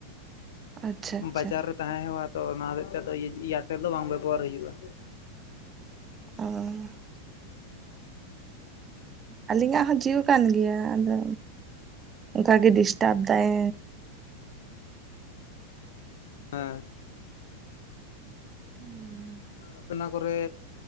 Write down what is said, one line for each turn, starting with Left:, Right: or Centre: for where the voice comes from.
Right: ᱟᱪᱪᱷᱟ ᱟᱪᱪᱷᱟ
Left: ᱵᱟᱡᱟᱨ ᱨᱮ ᱛᱟᱦᱮᱸ ᱦᱩᱭᱩᱜᱼᱟ ᱛᱚ ᱚᱱᱟ ᱦᱚᱛᱮᱡ ᱛᱮ ᱮᱭᱟᱨᱴᱮᱞ ᱫᱚ ᱵᱟᱝ ᱵᱮᱵᱚᱦᱟᱨ ᱦᱩᱭᱩᱜᱼᱟ
Right: <unintelligible> ᱟᱹᱞᱤᱧᱟᱜ ᱦᱚᱸ ᱡᱤᱣᱤ ᱠᱟᱱ ᱜᱮᱭᱟ ᱟᱫᱚ ᱚᱱᱠᱟᱜ ᱜᱮ ᱰᱤᱥᱴᱟᱵᱽ ᱫᱟᱭ
Left: ᱦᱮᱸ
Right: <unintelligible>
Left: ᱟᱯᱮᱱᱟ ᱠᱚᱨᱮ